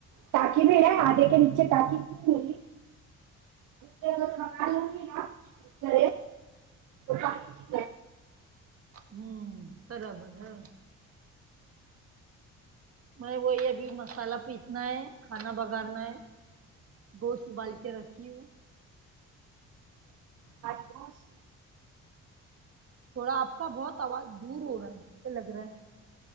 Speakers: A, on the right (about 90°); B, on the right (about 50°).
A: تااکی بھی رہ ہے آگے کے نیچے تاقی کی م کھان نا اسر توانی
B: ہوں برابر ہاں م وہی ابھی مسالہ پیسنا ہے <unintelligible> کھانا بگارنا ہے گوشت ابال کے رکھی ہوں
A: آ <unintelligible>
B: تھوڑا آپ کا بہت آواز دور ہو رہا ہے ایسے لگ رہا ہے